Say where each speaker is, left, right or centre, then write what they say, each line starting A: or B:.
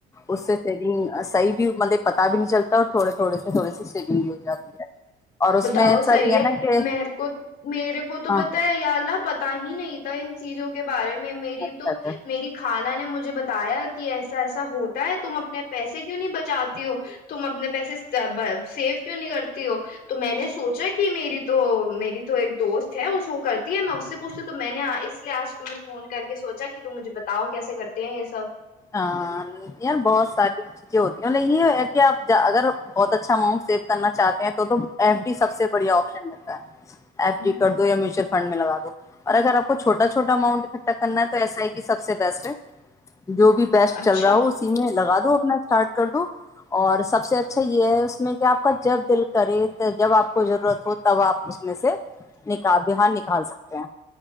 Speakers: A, on the left; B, on the left.
A: اس سے تیری صحیح بھی مطلب پتہ بھی نہیں چلتا اور تھوڑے تھوڑے سے تھوڑے <inaudible>
B: بتاؤ
A: ایسا
B: صحیح
A: بھی
B: ہے
A: نا کہ
B: مہر کو میرے کو تو
A: ہاں
B: پتہ ہے یا اللہ پت ہے نہیں ٹائم چیزوں کے بارے میں میری
A: اچھا
B: تو
A: اچھا
B: میری خالہ نے مجھے تایا کی ایسا ایسا ہوتا ہے تم اپنے پیسے کیوں نہیں بچاتی ہو تم اپنے پیسے <unintelligible> تو میں نے سوچا کہ تو میری تو ایک دوست ہیں وہ سو کرتی ہے میں اس سے پوچھتے تو میں نے اس لحاظ سے تمہیں فون کر کے سوچا کہ تم مجھے بتاؤ کیسے ہیں یہ سب
A: <unintelligible> کیا نہیں ہے کہ اپ اگر بہت اچھا ماؤنٹ سیو کرنا چاہتے ہیں تو ایمٹی سب سے بڑی اپشن <unintelligible>
B: ہوں،
A: <unintelligible> فنڈ میں لگا دو اور اگر اپ کو چھوٹا چھوٹا اماؤنٹ ختم کرنا ہے تو ایس ائی کی سب سے بیسٹ ہے جو بھی بیسٹ
B: اچھا
A: چل رہا ہو اسی میں تو اپنا سٹارٹ کر دوں اور سب سے اچھا یہ ہے اس میں کہ اپ کا جب دل کرے جب اپ کو ضرورت ہو تب اپ اس میں سے نکال دیہا نکال سکتے ہیں